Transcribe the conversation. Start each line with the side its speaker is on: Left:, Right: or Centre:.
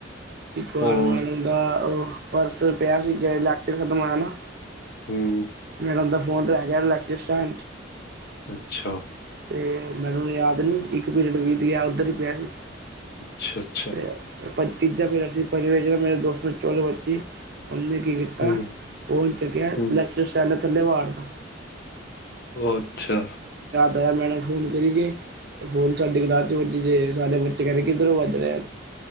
Right: ਇੱਕ ਵਾਰ
Left: ਹੋਰ
Right: ਮੈ ਦਾ ਉਹ ਪਰਸ ਪਿਆ ਸੀ ਲੈਕਚਰ ਖਤਮ ਹੋਇਆ ਨਾ
Left: ਹਮ
Right: ਮਦਾ ਫੋਨ ਰਹਿ ਗਿਆ ਲੱਖ ਸਾਂ
Left: ਅੱਛਾ
Right: ਤੇ ਮੈਨੂੰ ਯਾਦ ਨੀ ਇੱਕ ਪੀਰੀਅਟ ਵੀਤ ਗਿਆ ਉੱਧਰ ਹੀ ਪਿਆ ਸੀ
Left: ਅੱਛਾ ਅੱਛਾ
Right: ਤੇ ਤੀਜਾ ਅਸੀਂ ਮੇਰੇ ਦੋਸਤ ਚੋਲੋ ਬੱਚੀ ਉਹਨੇ ਕੀ ਕੀਤਾ
Left: ਹੂੰ
Right: ਫੋਨ ਚੱਕਿਆ
Left: ਹੂੰ
Right: ਲੈੇ ਥੱਲੇ ਵਾਰਦਾ
Left: ਅੱਛਾ
Right: ਤਾਂ ਮੈਂਨ ਫੋਨ ਕਰੀ ਜ ਫੋਨ ਸਾਡੇ ਗਲਾ ਚ ਵੱਜ ਜਾੇ ਸਾਡੇ ਬੱਚੇ ਕਹਿੰਦੇ ਕਿੱਧਰੋਂ ਵੱਜ ਰਹੇ